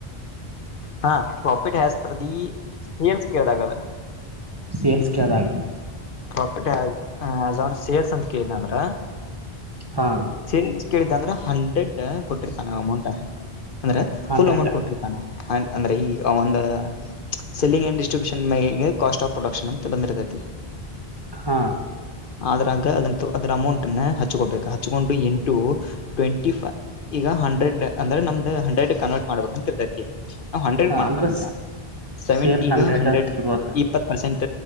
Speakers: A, on the left; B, on the right.
A: ಹಾ ಪ್ರಾಫಿಟ್ ಹಜ ಪ್ರ ಸೇಲ್ಸ್ ಕೆ ಕದ
B: ಸೇಲ್ಸ್ ಕೇಳ್ದಾಗ
A: ಪ್ರೋಫಿಟ್ ಹ ಆನ್ ಸೇಲ್ ಏನಂದ್ರ
B: ಹಾ
A: ಸೇಸ್ ಕೇಳಿದ್ದಂದ್ರ ಹಂಡ್ರೆಡ್ ಕೊಟ್ಟಿರ್ತ ನೀವು ಅಮೌಂಟ್ ಅಂದ್ರೆ
B: ಹಂಡ್ರೆಡ್
A: ಫುಲ್ ಅಮೌಂಟ್ ಕೊಟ್ಟ ಅಂಡ್ ಅಂದ್ರೆ ಈ ಒಂದು ಸೆಲ್ಲಿಂಗ್ ಆಂಡ್ ಡಿಸ್ಟ್ರಿಬ್ಯೂಷನ್ ಮ ಕಾಸ್ಟ್ ಆಫ್ ಪ್ರೊಡಕ್ಷನ್ ಅಂತ ಬಂದಿರತತಿ
B: ಹಾ
A: ಆದ್ರಂಗ ಅದ ಅದರ ಅಮೌಂಟ್ ಹ ಹಚ್ಕೋಬೇಕು ಹಚ್ಕೊಂಡು ಎಂಟು ಟ್ವೆಂಟಿ ಫೈ ಈಗ ಹಂಡ್ರೆಡ್ ಅಂದ್ರೆ ನಮ್ದು ಹಂಡ್ರೆಡ್ ಕನ್ವರ್ಟ್ ಮಾಡ್ಬೇಕ ಅಂತತ <inaudible> ನಾವು ಹಂಡ್ರೆಡ್ ಮಾಡ್ಕಂದಿಲ್ಲ
B: ಅಂದ್ರ
A: ಸೆವೆನ್
B: ಸೇಲ್ಸ್
A: ಈಗ ಹಂಡ್ರೆಡ್
B: ಅಂತ ಇರ್ಬೋದ
A: ಇಪ್ಪತ್ತು ಪರ್ಸೆಂಟ್.